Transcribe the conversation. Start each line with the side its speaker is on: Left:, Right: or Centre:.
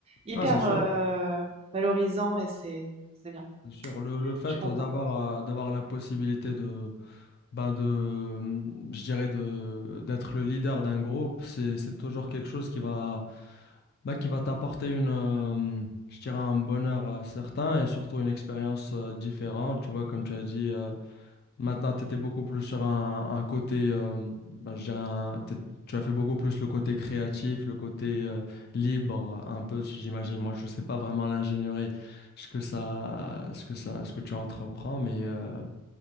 Right: hyper
Left: Non, c'est sûr,
Right: euh, valorisant et c'est c'est bien.
Left: c'est sûr. Le, le fait
Right: Je suis contente.
Left: d'avoir, euh, d'avoir la possibilité de, Ben de, je dirais de d'être le leader d'un groupe, c'est c'est toujours quelque chose qui va bah, qui va t'apporter une euh, je dirais un bonheur euh, certain et surtout une expérience euh, différente. Tu vois, comme tu as dit, euh, maintenant tu étais beaucoup plus sur un, un côté euh, bah, je dirais un- t'es- tu as fait beaucoup plus le côté créatif, le côté euh, libre un peu j'imagine. Moi, je sais pas vraiment l'ingénierie, ce que ça ce que ça ce que tu entreprends mais euh,